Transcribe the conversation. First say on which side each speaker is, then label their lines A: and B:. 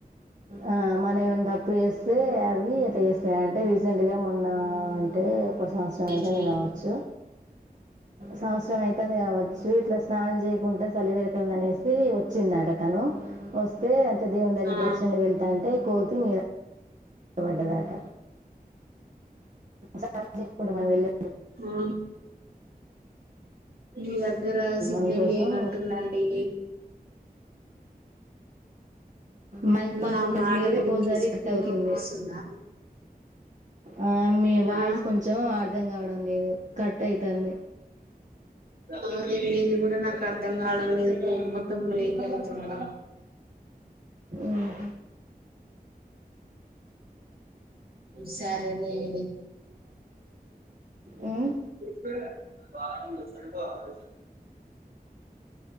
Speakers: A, on the right (about 50°); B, on the right (about 70°).
A: ఆ మన ఏమన్న తప్పు చేస్తే అవి ఎట్ట చేస్తాయంటే రీసెంట్ గా మొన్న అంటే, <unintelligible>
B: చేసి
A: అయితది కావచ్చు సంవత్సరం అయితంది కావచ్చు ఇట్లా స్నానం చేయకుంట చలివెడతంది అనేసి వచ్చిందడ తను వస్తే తే దేవుని దగర
B: ఆ
A: దర్శ్ చై ఎల్తఅంటే కోతిమీద వంటదాట సార్ కి చెప్పోండి మరి వెళ్ళి
B: ఆ నీనర్ గ్గర సిగ్నల్
A: అందుకోసం
B: లేనట్టుందండి
A: మా- మాకుండ
B: నా మాటలు
A: మీదే ఒక్కోసారి
B: మీకిస్
A: కట్
B: నీకినిపిస్తుందా
A: అవుతుంది ఆ, మీ వాయిస్
B: ఆ
A: కొంచెం అర్థం కావడం లేదు కట్ అవుతుంది
B: ఆ మీది కూడ్ నాకు అర్థం కావడం లేదు బ్రేక్ మొత్తం బ్రేక్ అయితుంది
A: ఉమ్.
B: సరేలేండి
A: ఉమ్
B: <inaudible>